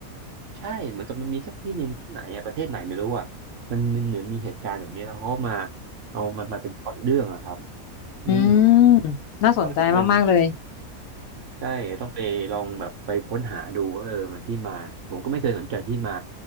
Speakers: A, on the right; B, on the left.
A: ใช่เหมือนกับมันมีสักที่หนึ่งที่ไหนอะประเทศไหนไม่รู้อ่ะมันมันเหมือนมีเหตุการณ์แบบนี้แล้วเขามาเอามันมาเป็นพล็อตเรื่องอะครับอืม
B: อืมน่าสนใจมากๆเลย
A: เพราะนี่มัน ใช่ต้องไปลองแบบไปค้นหาดูว่าเออมันที่มาผมก็ไม่เคยสนใจที่มา